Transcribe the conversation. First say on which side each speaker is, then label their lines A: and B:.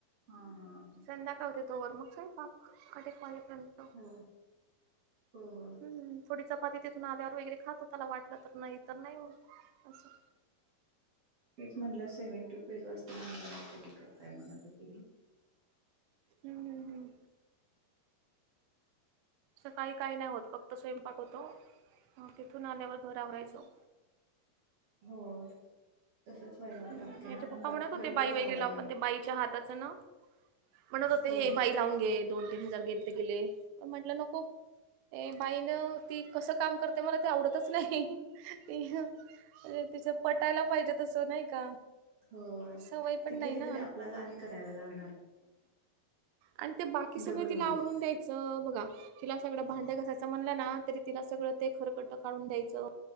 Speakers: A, on the right (about 50°); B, on the right (about 80°).
A: हा हा ह
B: संध्याकाळ होते तो वर म स्वयंपाक. <unintelligible>
A: हो हो हो.
B: हम्म थोडी चपाती तिथून आल्यावर वगैरे खातो त्याला वाटलं तर नाही तर नाही हो असं.
A: तेच म्हटलं सेव्हन टू ट्वेल वास <unintelligible> कधी करताय म्हणत होते मी.
B: हम्म हम्म हम्म. सकाळी काही नाही होत फक्त स्वयंपाक होतो तिथून आल्यावर घर आवरायचो.
A: हो. तसंच व्हायला
B: हम्म
A: लागते
B: याच्या
A: ना मग
B: पप्पा
A: बाकी
B: म्हणत होते
A: सगळं
B: बाई
A: कसं
B: वगैरे
A: आवरणार
B: लाव पण ते बाईच्या हाताचं ना म्हणत होते
A: हो
B: हे बाई लावून घे दोन तीन हजार गेले ते गेले तर म्हटलं नको ये बाईनं ती कसं काम करते मला ते आवडतच नाही ती. अे तिचं पटायला पाहिजे तसं नाही. का
A: होय
B: सवय पण
A: ती
B: नाही
A: केली
B: ना
A: तरी आपल्याला आणि करायला लागणार.
B: आणि ते बाकी सगळं
A: डबल
B: तिला
A: व्हायच
B: आवरून द्यायचं बघा तिला सगळं भांड्या घायचं म्हणलं ना. तिला सगळं ते खरकट काढून द्यायचं